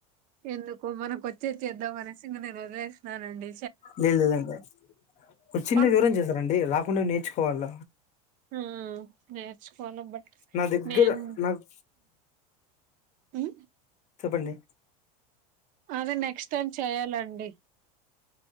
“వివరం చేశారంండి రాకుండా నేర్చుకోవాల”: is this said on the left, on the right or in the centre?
Left